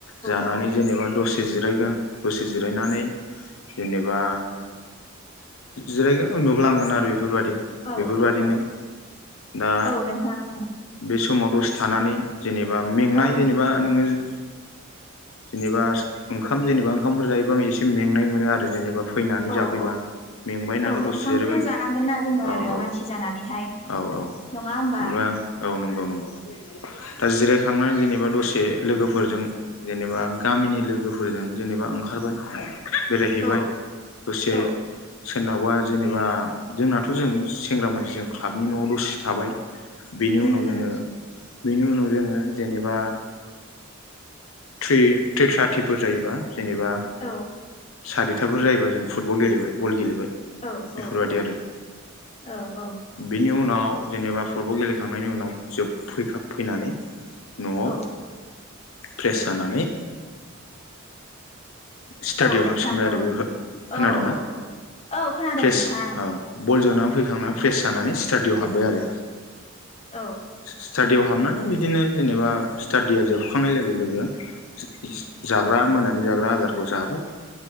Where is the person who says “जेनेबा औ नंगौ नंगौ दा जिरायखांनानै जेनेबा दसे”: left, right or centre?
Left